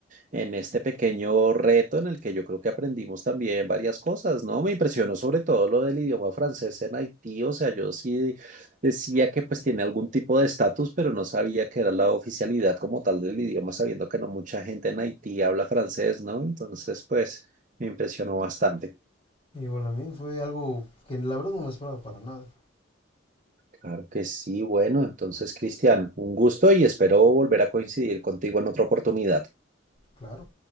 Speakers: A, on the right; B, on the left.
A: en este pequeño reto en el que yo creo que aprendimos también varias cosas, ¿no? Me impresionó sobre todo lo del idioma francés en Haití, o sea, yo sí decía que pues tiene algún tipo de estatus, pero no sabía que era la oficialidad como tal del idioma, sabiendo que no mucha gente en Haití habla francés, ¿no? Entonces, pues me impresionó bastante.
B: Y bueno, a mí fue algo que la verdad no me esperaba para nada.
A: Claro que sí, bueno, entonces, Cristian, un gusto y espero volver a coincidir contigo en otra oportunidad.
B: Claro.